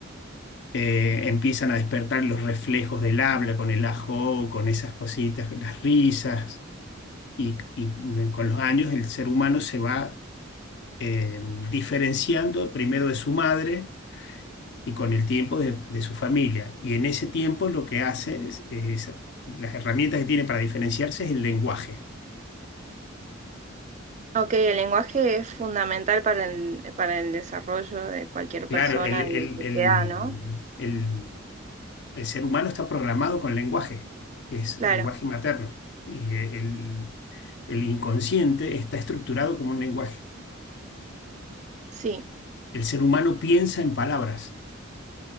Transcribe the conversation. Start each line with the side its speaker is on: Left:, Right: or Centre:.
Left: eh, empiezan a despertar los reflejos del habla con el ajo, con esas cositas, las risas, y, y con los años el ser humano se va eh, diferenciando primero de su madre y con el tiempo de, de su familia. Y en ese tiempo lo que hace es, es- las herramientas que tiene para diferenciarse es el lenguaje.
Right: Ok, el lenguaje es fundamental para el, para el desarrollo de cualquier persona
Left: Claro, el, el-
Right: en sociedad,
Left: el-
Right: ¿no?
Left: el- el ser humano está programado con lenguaje, que es
Right: Claro,
Left: lenguaje materno. Y el, El inconsciente está estructurado como un lenguaje.
Right: sí,
Left: El ser humano piensa en palabras.